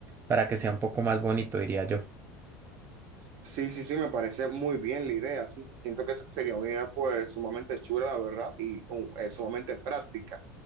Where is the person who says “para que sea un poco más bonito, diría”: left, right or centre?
Right